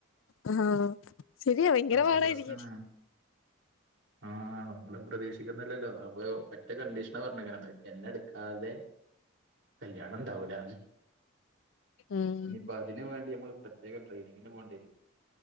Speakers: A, on the left; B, on the right.
A: ആ ശരിയാ ഭയങ്കര
B: അതൊരു
A: പാടായിരിക്കും
B: <inaudible> ആഹ് നമ്മള് പ്രതീക്ഷിക്കുന്നില്ലല്ലോ അപ്പൊ മറ്റേ കണ്ടീഷന പറഞ്ഞക്കണത് എന്നെ എടുക്കാതെ കല്യാണം ണ്ടാവുലാന്ന്
A: ഉം
B: ഇനിയിപ്പോ അതിനന് വേണ്ടി നമ്മള് പ്രത്യേക ട്രെയിനിങ്ങിന് പോേണ്ട്യരും